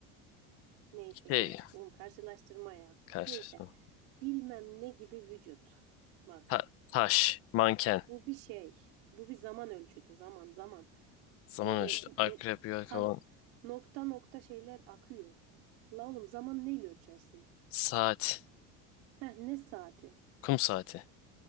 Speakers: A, on the right; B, on the left.
A: Neyse
B: Şey.
A: geç. Oğlum karşılaştırma ya.
B: Karşılaşma.
A: Neyse. Bilmem ne gibi vücut. Bak.
B: Ta- taş. Manken.
A: Bu bir şey. Bu bir zaman ölçütü. Zaman zaman.
B: Zaman
A: Böyle
B: ölçütü. Akrep,
A: no-
B: yelkovan,
A: tam nokta nokta şeyler akıyor. La oğlum zaman neyle ölçersin?
B: saat.
A: Heh, ne saati?
B: Kum saati.